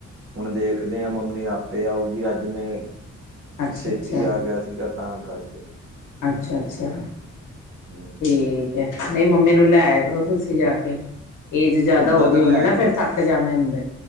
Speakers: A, on the right; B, on the left.
A: ਹੁਣ ਦੇਖਦੇ ਹਾਂ ਮੰਮੀ ਆਪੇ ਆਊਗੀ ਅੱਜ ਮੈਂ
B: ਅੱਛਾ,
A: ਛੇਤੀ
B: ਅੱਛਾ,
A: ਆ ਗਿਆ ਸੀਗਾ ਤਾਂ ਕਰਕੇ।
B: ਅੱਛਾ-ਅੱਛਾ।
A: ਹੂੰ।
B: ਠੀਕ ਹੈ ਨਹੀਂ ਮੰਮੀ ਨੂੰ ਲੈ ਆਯਾ ਕਰੋ ਤੁਸੀਂ ਜਾ ਕੇ ਏਜ ਜਿਆਦਾ
A: ਓਦਾਂ
B: ਹੋ ਗਈ
A: ਤਾਂ
B: ਹੋਣੀ
A: ਲੈ
B: ਨਾ ਫਿਰ ਥੱਕ ਜਾਣੇ ਹੁੰਦੇ।